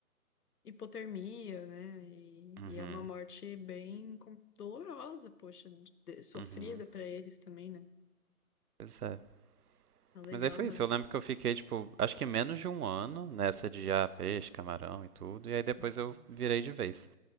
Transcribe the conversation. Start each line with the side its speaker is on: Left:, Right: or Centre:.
Left: hipotermia, né? E,
Right: Uhum,
Left: e é uma morte bem com- dolorosa, poxa, de- sofrida
Right: uhum.
Left: pra eles também, né?
Right: Pois é.
Left: Não é legal,
Right: Mas aí foi
Left: não.
Right: isso. Eu lembro que eu fiquei, tipo, acho que menos de um ano nessa de ah, peixe, camarão e tudo. E aí depois
Left: Uhum.
Right: eu virei de vez.